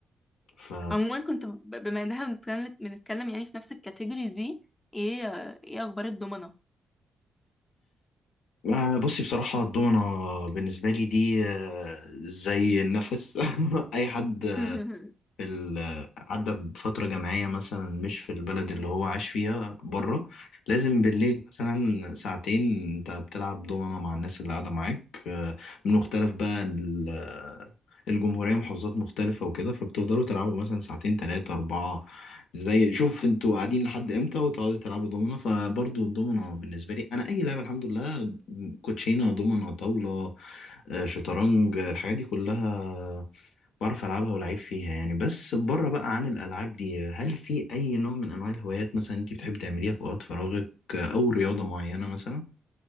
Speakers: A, on the left; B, on the left.
A: ف
B: عموما كنت ب- بما انها بنتكلم بنتكلم يعني في نفس الكاتيجوري دي ايه ايه اخبار الضمنة
A: آه، بصي بصراحة الدومنة بالنسبة لي دي آه، زي النفس <laughs> اي حد
B: <laughs>
A: في ال... عدى بفترة جامعية مثلا مش في البلد اللي هو عاش فيها بره لازم بالليل مثلا ساعتين انت بتلعب دومنة مع الناس اللي قاعدة معاك آه، من مختلف بقى ال... آه، الجمهورية محافظات مختلفة وكده فبتفضلوا تلعبوا مثلا ساعتين تلاتة أربعة زي شوف انتوا قاعدين لحد امتى وتقعدوا تلعبوا دومنة فبرضو الدومنة بالنسبة لي أنا أي لعبة الحمد لله كوتشينة دومنة طاولة آه، شطرنج آه، الحاجات دي كلها بعرف ألعبها ولعيب فيها يعني بس بره بقى عن الألعاب دي هل في أي نوع من أنواع الهوايات مثلا أنت بتحب تعمليها في أوقات فراغك أو رياضة معينة مثلا؟